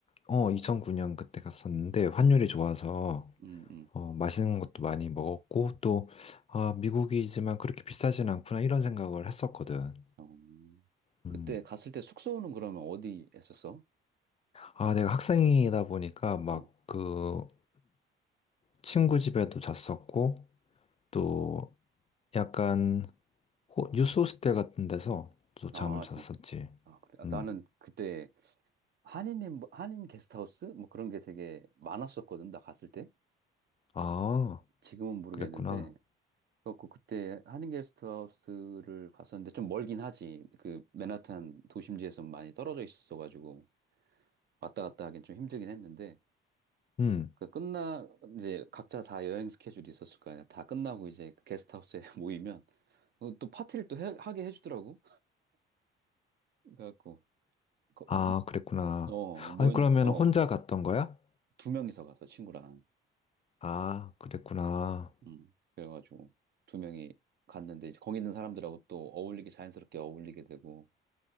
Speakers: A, on the left; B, on the right.
A: 어, 2009년 그때 갔었는데 환율이 좋아서
B: 음, 음.
A: 어, 맛있는 것도 많이 먹었고 또, 아, 미국이지만 그렇게 비싸진 않구나 이런 생각을 했었거든.
B: 어.
A: 음.
B: 그때 갔을 때 숙소는 그러면 어디 했었어?
A: 아, 내가 학생이다 보니까 막
B: 어,
A: 그 친구 집에도 잤었고 또 약간 호- 뉴스 호스텔 같은 데서 또 잠을
B: 아,
A: 잤었지.
B: 진 아, 그래. 아,
A: 음.
B: 나는 그때 한인, 한인 게스트하우스? 뭐 그런 게 되게 많았었거든, 나 갔을 때.
A: 아,
B: 지금은 모르겠는데,
A: 그랬구나.
B: 그래갖고 그때 한인 게스트하우스를 갔었는데 좀 멀긴 하지. 그 맨하탄 도심지에서 많이 떨어져 있었어가지고 왔다 갔다 하긴 좀 힘들긴 했는데
A: 음.
B: 그 끝나 이제 각자 다 여행 스케줄이 있었을 거 아니야. 다 끝나고 이제 그 게스트하우스에 <laughs> 모이면 어, 또 파티를 또 해- 하게 해주더라고. 그래갖고 거-
A: 아, 그랬구나.
B: 어 모였
A: 아니, 그러면
B: 어두
A: 혼자 갔던 거야?
B: 명이서 가서 친구랑
A: 아, 그랬구나.
B: 음 그래가지고 두 명이 갔는데 이제 거기 있는 사람들하고 또 어울리게 자연스럽게 어울리게 되고